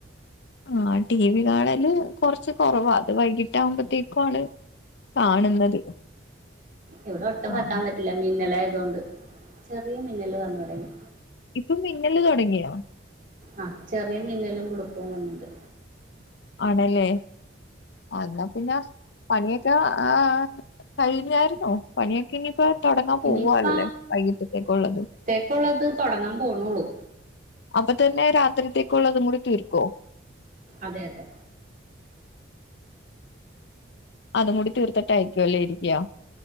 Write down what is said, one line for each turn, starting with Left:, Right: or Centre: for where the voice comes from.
Left: ആ ടി വി കാണല് കൊറച്ച് കൊറവാ അത് വൈകിട്ടാകുമ്പത്തേക്കാണ് കാണുന്നത്
Right: ഇവിടെ ഒട്ടും
Left: ആഹ്
Right: വെക്കാൻ പറ്റില്ല മിന്നലായതോണ്ട് ചെറിയ മിന്നല് വന്ന് തൊടങ്ങി
Left: ഇപ്പൊ മിന്നല് തൊടങ്ങിയോ
Right: ആ ചെറിയ മിന്നലും കൊടുക്ക വിണ്ട്
Left: ആണല്ലേ എന്നാ പിന്നെ പണിയൊക്കെ ആ കഴിഞ്ഞായിന്നോ പണിയൊക്കെ ഇനിയിപ്പോ തുടങ്ങാൻ പോവുവല്ലേ
Right: ഇനിയിപ്പ
Left: വൈകിട്ടത്തേക്ക ഉള്ളത്
Right: അപ്പോൾത് തുടങ്ങാൻ പോകണള്ളൂ
Left: അപ്പൊ തന്നെ രാത്രിത്തേക്കുള്ള അതും കൂടി തീർക്കോ
Right: അതെ അതെ
Left: അതും കൂടി തീർത്തിട്ടയിരിക്കുവ അല്ലേ ഇരിക്കയാ